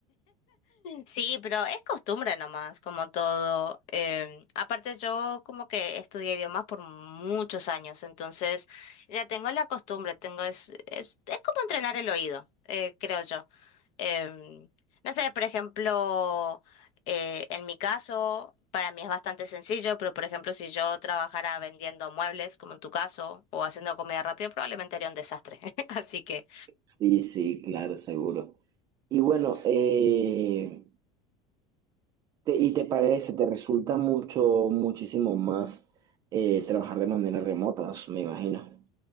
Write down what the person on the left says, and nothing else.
Sí, pero es costumbre nomás, como todo. Em, aparte yo como que estudié idiomas por muchos años, entonces ya tengo la costumbre, tengo es, es, es como entrenar el oído, eh, creo yo. Em, no sé, por ejemplo, eh, en mi caso, para mí es bastante sencillo, pero por ejemplo, si yo trabajara vendiendo muebles, como en tu caso, o haciendo comida rápida, probablemente haría un desastre. <laughs> Así que...